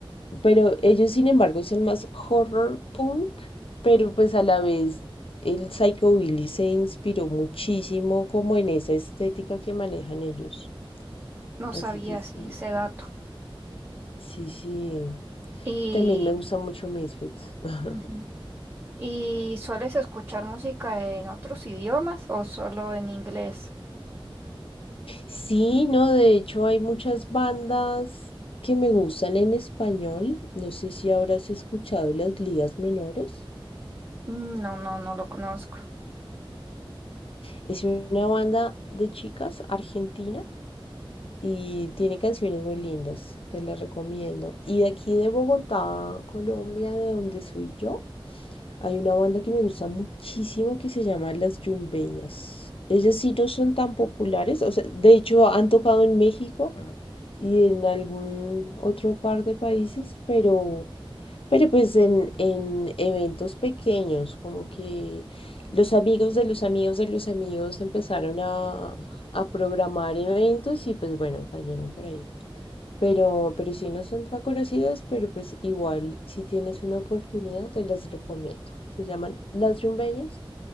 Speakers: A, on the left; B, on the right.
A: Pero ellos, sin embargo, son más horror punk, pero pues a la vez el psychobilly se inspiró muchísimo como en esa estética que manejan ellos.
B: No sabía
A: Así que sí,
B: si ese dato.
A: sí, sí.
B: Y...
A: También me gusta mucho Misfits. <laughs>
B: Ujú. ¿Y sueles escuchar música en otros idiomas o solo en inglés?
A: Sí, no, de hecho hay muchas bandas que me gustan en español. No sé si habrás escuchado Las Ligas Menores.
B: Mm, No, no, no lo conozco.
A: Es una banda de chicas argentina y tiene canciones muy lindas, te las recomiendo. Y de aquí de Bogotá, Colombia, de donde soy yo, hay una banda que me gusta muchísimo que se llama Las Yumbeñas. Ellas sí no son tan populares, o sea, de hecho han tocado en México. y en algún otro par de países, pero, pero pues en, en eventos pequeños, como que los amigos de los amigos de los amigos empezaron a, a programar eventos y pues bueno, cayeron por ahí. Pero, pero sí no son tan conocidas, pero pues igual si tienes una oportunidad te las recomiendo. Se llaman Las Yumbeñas